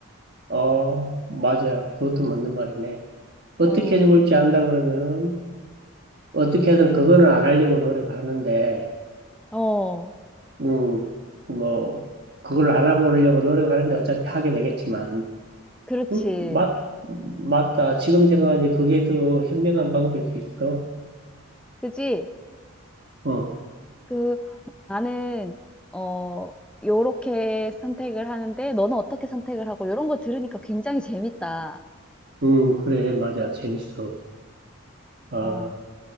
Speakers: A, on the right; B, in the centre.
A: 어. 맞아. 그것도 맞는 말이네. 어떻게
B: 어,
A: 죽을지 안다 그러면은 어떻게든 그거는 안 하려고 노력하는데,
B: 어,
A: 음, 뭐, 그걸 안 해보려고 노력하는데 어차피 하게 되겠지만,
B: 그렇지.
A: 음, 맞, 맞다. 지금 생각하니 그게 더 현명한 방법일 수 있어.
B: 그지?
A: 어,
B: 그 나는 어 요렇게 선택을 하는데 너는 어떻게 선택을 하고 이런 거 들으니까 굉장히 재밌다.
A: 음, 그래, 맞아. 재밌어. 아,
B: 어,